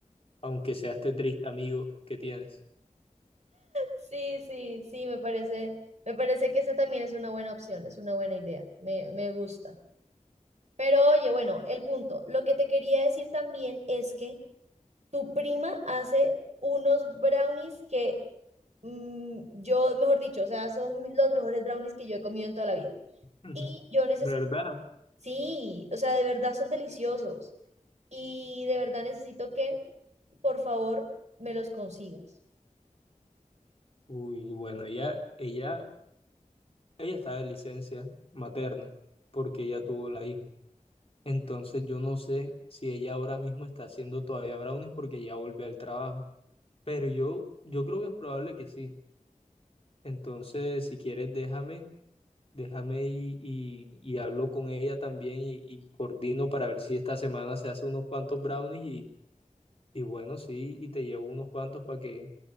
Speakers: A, on the left; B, on the right.
A: aunque sea este triste amigo que tienes.
B: Sí, sí, sí, me parece, me parece que esa también es una buena opción, es una buena idea, me, me gusta. Pero oye, bueno, el punto, lo que te quería decir también es que tu prima hace unos brownies que mm, yo, mejor dicho, o sea, son los mejores brownies que yo he comido en toda la vida.
A: Ujú.
B: Y yo necesito,
A: ¿Verdad?
B: sí, o sea, de verdad son deliciosos. Y de verdad necesito que, por favor, me los consigas.
A: Uy, bueno, ella, ella, ella está de licencia materna porque ella tuvo la hija. Entonces yo no sé si ella ahora mismo está haciendo todavía brownies porque ya volvió al trabajo. Pero yo, yo creo que es probable que sí. Entonces, si quieres, déjame, déjame y, y- y hablo con ella también y, y coordino para ver si esta semana se hace unos cuantos brownies y, y bueno, sí, y te llevo unos cuantos para que,